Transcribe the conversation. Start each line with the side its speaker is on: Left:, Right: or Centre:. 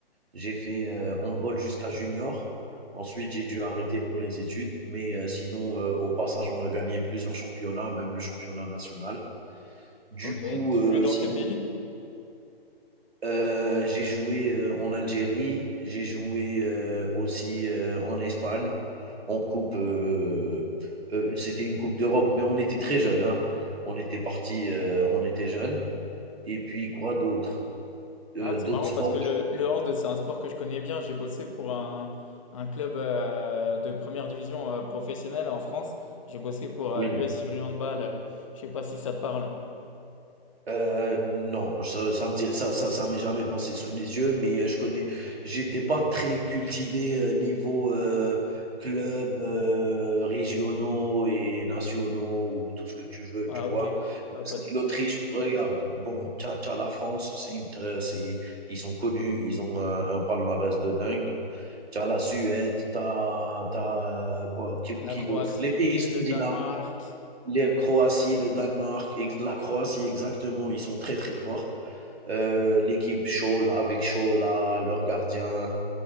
Right: J'ai fait, heu, handball jusqu'à junior. Ensuite, j'ai dû arrêter pour les études, mais heu, sinon, heu, au passage, on a gagné plusieurs championnats, même le championnat national. Du
Left: Ok,
Right: coup,
Left: tu
Right: heu,
Left: jouais dans
Right: sinon
Left: quel pays?
Right: Euh, j'ai joué euh, en Algérie, j'ai joué euh, aussi euh, en Espagne, en coupe. euh, euh, c'était une coupe d'Europe, mais on était très jeunes. hein. On était partis, euh, on était jeunes. Et puis quoi d'autre? Euh,
Left: Ah, c'est
Right: d'autres
Left: marrant
Right: sports?
Left: parce que le, le hand, c'est un sport que je connais bien. J'ai bossé pour un, un club euh, de première division euh, professionnelle en France. J'ai bossé pour
Right: Oui.
Left: l'US Ivry Handball. euh, je sais pas si ça te parle.
Right: Euh, non, ça, ça me dit- ça, ça, ça m'est jamais passé sous les yeux, mais euh, je connais, j'étais pas très cultivé euh, niveau euh, club euh, régionaux et nationaux ou tout ce que tu veux,
Left: Ah,
Right: tu vois.
Left: ok, ouais, ouais,
Right: Je sais
Left: pas de
Right: que
Left: souci.
Right: l'Autriche, regarde, bon, t'as, t'as la France, c'est une tr- c'est, ils sont connus, ils ont un, un palmarès de dingue. T'as la Suède, t'as, t'as euh, quoi, qui,
Left: La
Right: qui
Left: Croatie,
Right: d'autre? Les pays scandinaves
Left: le Danemark,
Right: les Croatie, le Danemark, la Croatie exactement, ils sont très très forts. Euh, L'équipe Scholl avec Schola, leur gardien,